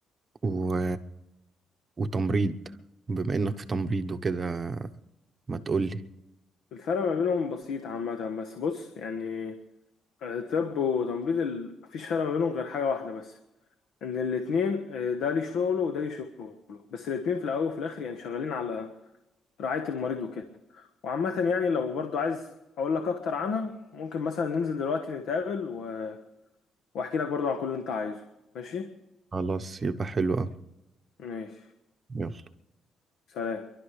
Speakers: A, on the right; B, on the left.
A: و... وتمريض بما انك في تمريض وكده ما تقولي
B: الفرق ما بينهم بسيط عامة بس بص يعني طب وتمريض ال... مفيش فرق ما بينهم غير حاجة واحدة بس ان الاثنين ده ليه شغله وده ليه شغله بس الاثنين في الاول وفي الاخر يعني شغالين على رعاية المريض وكده وعامة يعني لو برضو عايز اقول لك اكتر عنها ممكن مثلا ننزل دلوقتي نتقابل و... واحكي لك برضو عن كل اللي انت عايزه ماشي
A: خلاص يبقى حلو قوي
B: ماشي
A: يلا
B: سلام